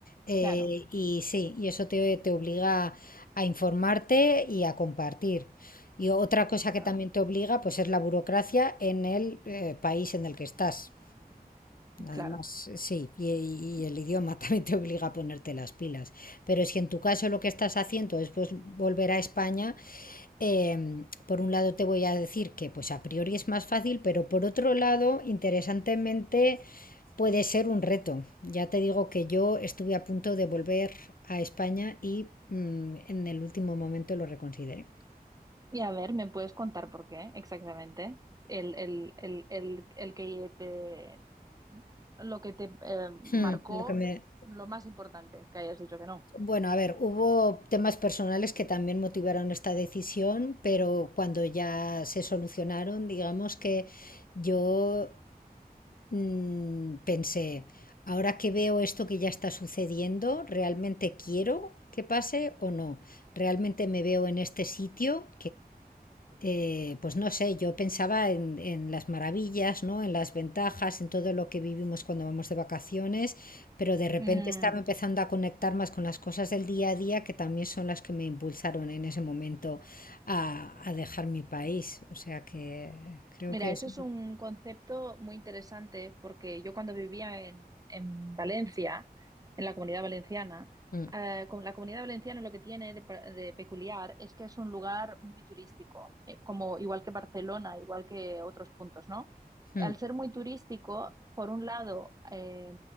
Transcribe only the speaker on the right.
claro,
claro,
claro.
Y a ver, ¿me puedes contar por qué exactamente? El, el, el, el, el que te, lo que te eh, marcó,
lo más importante, que hayas dicho que no.
Mm,
Mira,
eso es un concepto muy interesante porque yo cuando vivía en, en Valencia, en la Comunidad Valenciana,
eh, con la Comunidad Valenciana lo que tiene de, pe- de peculiar es que es un lugar muy turístico, eh, como igual que Barcelona, igual que otros puntos, ¿no?
Al ser muy turístico, por un lado, eh,